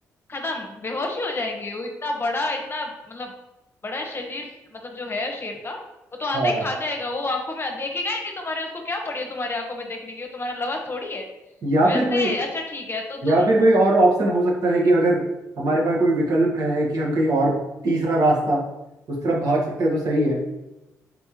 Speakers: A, on the left; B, on the right.
A: खत्म बेहोश ही हो जाएंगे वो इतना बड़ा इतना मतलब बड़ा शरीर मतलब जो है शेर का वो तो आते
B: हाँ
A: ही खा जाएगा वो आंखों में देखेगा ही नहीं तुम्हारे उसको क्या पड़ी है तुम्हारे आंखों में देखने की वो तुम्हारा लवा थोड़ी है
B: या
A: वैसे
B: फिर कोई
A: अच्छा ठीक है तो
B: या
A: तुम
B: फिर कोई और ऑप्शन हो सकता है कि अगर हमारे पास कोई विकल्प है कि हम कहीं और तीसरा रास्ता उस तरफ भाग सकते हैं तो सही है